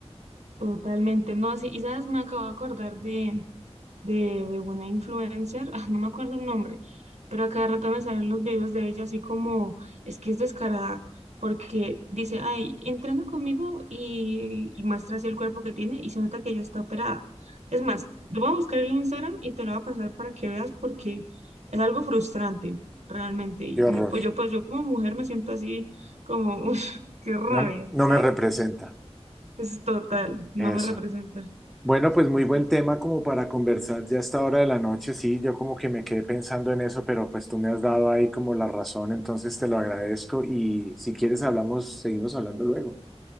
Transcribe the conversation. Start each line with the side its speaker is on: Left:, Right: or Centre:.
Right: Totalmente, no, sí, y sabes, me acabo de acordar de, de, de una influencer, <laughs> ah, no me acuerdo el nombre, pero a cada rato me salen los videos de ella así como, es que es descarada, porque dice, ay, entrena conmigo y, y muestra así el cuerpo que tiene y se nota que ella está operada. Es más, lo voy a buscar en Instagram y te lo voy a pasar para que veas porque es algo frustrante, realmente. Y
Centre: Qué horror,
Right: pues yo, pues yo como mujer me siento así como, <laughs> uff, qué rabia,
Centre: no, no
Right: ¿sabes?
Centre: me representa
Right: Es total, no
Centre: eso.
Right: me representa.
Centre: Bueno, pues muy
Right: Sí,
Centre: buen
Right: sí.
Centre: tema como para conversar ya a esta hora de la noche. Sí, yo como que me quedé pensando en eso, pero pues tú me has dado ahí como la razón, entonces te lo agradezco y si quieres hablamos, seguimos hablando luego.